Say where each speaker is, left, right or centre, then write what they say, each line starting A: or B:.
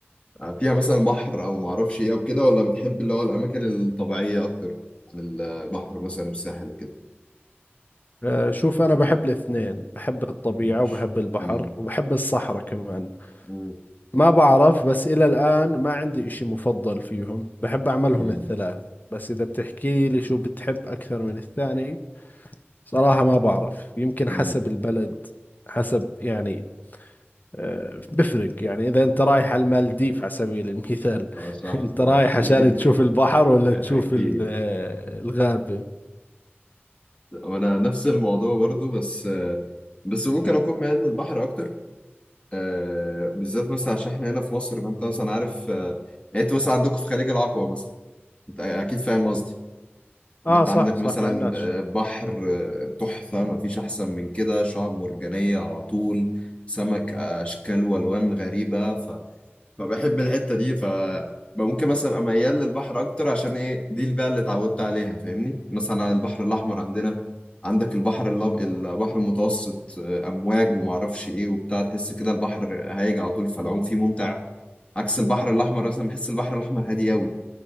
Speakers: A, on the left (about 25°); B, on the left (about 45°).
A: آه، فيها مثلا بحر او ما اعرفش ايه او كده ولا بتحب اللي هو الاماكن الطبيعيه اكتر عن البحر مثلا والساحل وكده
B: آه شوف انا بحب الاثنين بحب الطبيعة
A: ماشي
B: وبحب البحر
A: امم
B: وبحب الصحراء كمان
A: امم
B: ما بعرف بس الى الان ما عندي اشي مفضل فيهم بحب اعملهم
A: امم
B: الثلاث بس اذا بتحكي لي شو بتحب اكثر من الثاني صراحة ما بعرف يمكن
A: امم
B: حسب البلد حسب يعني آه، بفرق يعني إذا أنت رايح على المالديف على سبيل المثال
A: اه
B: <laughs>
A: صح
B: أنت
A: اكيد
B: رايح عشان تشوف البحر ولا
A: <laughs> اكيد
B: تشوف ال- آه، الغابة
A: وانا نفس الموضوع برضو بس آه، بس ممكن اكون ميال للبحر اكتر آه بالذات مثلا عشان احنا هنا في مصر فانت مثلا عارف آه يعني انت مثلا عندكم في خليج العقبة مثلا انت اكيد فاهم قصدي ان
B: آه
A: انت
B: صح
A: عندك
B: صح
A: مثلا
B: مع الناس
A: آه، بحر آه، تحفة ما فيش احسن من كده شعاب مرجانية على طول سمك آه، اشكال والوان غريبة فبحب الحتة دي ف ممكن مثلا ابقى ميال للبحر اكتر عشان ايه دي بقى اللي اتعودت عليها فاهمني مثلا البحر الاحمر عندنا عندك البحر اللب... البحر المتوسط آه، امواج وما اعرفش ايه وبتاع تحس كده البحر هايج على طول فالعوم فيه ممتع عكس البحر الاحمر مثلا بحس البحر الاحمر هادي قوي